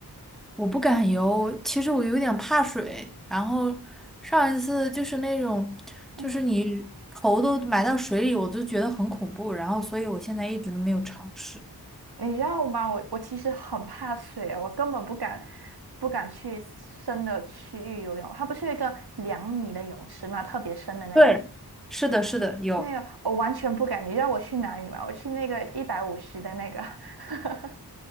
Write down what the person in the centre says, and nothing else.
我不敢游，其实我有点怕水。然后上一次就是那种，
就是你头都埋到水里，
我都觉得很恐怖。然后，所以我现在一直都没有尝试。
对，是的，是的，有。